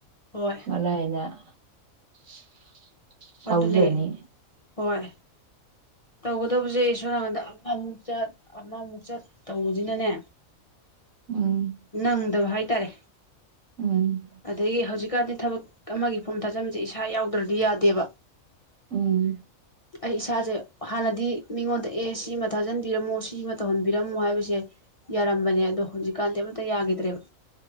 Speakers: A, on the left (about 40°); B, on the right (about 75°).
A: ꯍꯣꯏ
B: ꯃꯂꯥꯏꯅ <inaudible> ꯐꯥꯎꯖꯅꯤ
A: ꯑꯗꯨꯅꯦ ꯍꯣꯏ ꯇꯧꯒꯗꯧꯕꯖꯦ ꯁꯣ ꯅꯥꯀꯟꯗ ꯑꯃ ꯑꯃꯨꯛ ꯆꯠ ꯑꯃꯅ ꯑꯃꯨꯛ ꯆꯠ ꯇꯧꯕꯖꯤꯅꯅꯦ
B: ꯎꯝ
A: ꯅꯪꯗꯕ ꯍꯥꯏ ꯇꯥꯔꯦ
B: ꯎꯝ
A: ꯑꯗꯩ ꯍꯧꯖꯤꯛ ꯀꯥꯟꯗꯤ ꯊꯕꯛ ꯑꯃꯒꯤ ꯐꯣꯝ ꯊꯥꯖꯟꯕꯖꯦ ꯏꯁꯥ ꯌꯥꯎꯗ꯭ꯔꯗꯤ ꯌꯥꯗꯦꯕ
B: ꯎꯝ
A: ꯑꯩ ꯏꯁꯥꯖꯦ ꯍꯥꯟꯅꯗꯤ ꯃꯤꯉꯣꯟꯗ ꯑꯦ ꯁꯤꯃ ꯊꯥꯖꯟꯕꯤꯔꯝꯃꯣ ꯁꯤꯃ ꯇꯧꯍꯟꯕꯤꯔꯝꯃꯣ ꯍꯥꯏꯕꯁꯦ ꯌꯥꯔꯝꯕꯅꯦ ꯑꯗꯣ ꯍꯧꯖꯤꯛꯀꯥꯟꯗꯤ ꯑꯃꯇ ꯌꯥꯒꯤꯗ꯭ꯔꯦꯕ